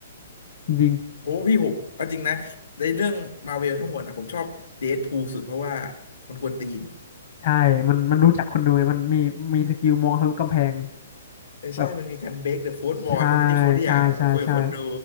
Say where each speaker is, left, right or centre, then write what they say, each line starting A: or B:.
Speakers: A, on the left (about 40°); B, on the left (about 80°).
A: จริง
B: โอ้พี่ผมเอาจริงนะในเรื่องมาเวลทั้งหมดอะผมชอบเดดพูลสุดเพราะว่ามันกวนตีน
A: ๆใช่มันมันรู้จักคนดูไงมันมีมีสกิลมองทะลุกำแพง
B: เออใช่มันมีการ
A: แบบ
B: break the fourth wall
A: ใช่
B: ใช่ไหมที่เขาเรียกอ่ะคุยกับคนดู
A: ใช่ใช่ใช่